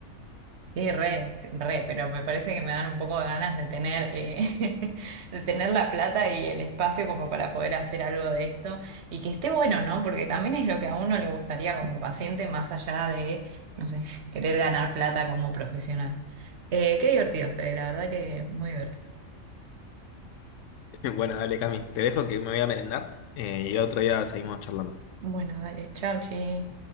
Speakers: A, on the right; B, on the left.
A: Sí, re, sí, re, pero me parece que me dan un poco de ganas de tener, eh, <laughs> de tener la plata y el espacio como para poder hacer algo de esto y que esté bueno, ¿no? Porque también es lo que a uno le gustaría como paciente más allá de, no sé, querer ganar plata como profesional. Eh, qué divertido, Fede, la verdad que muy divertido.
B: <laughs> Bueno, dale, Cami, te dejo que me voy a merendar eh, y otro día seguimos charlando.
A: Bueno, dale, chau, chi.